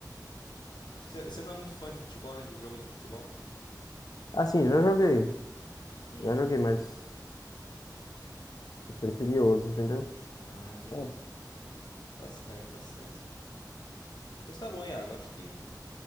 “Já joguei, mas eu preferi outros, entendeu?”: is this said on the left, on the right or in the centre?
Left